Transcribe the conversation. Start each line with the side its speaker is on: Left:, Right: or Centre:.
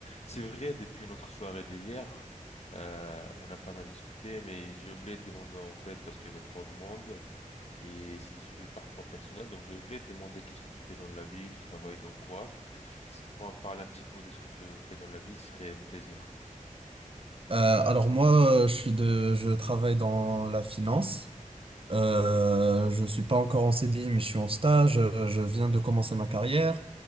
Left: C'est vrai, depuis notre soirée d'hier, euh, on a pas mal discuté, mais j'ai oublié de demander en fait parce qu'il y avait trop de monde et c'est des sujets parfois personnels, donc j'ai oublié de demander qu'est-ce que tu fais dans la vie, tu travailles dans quoi. Si tu pourrais en parler un petit peu de ce que tu fais dans la vie, ce serait un plaisir.
Right: Euh, alors moi, euh, je suis de, je travaille dans la finance. Euh, je suis pas encore en CDI, mais je suis en stage. Euh, Je viens de commencer ma carrière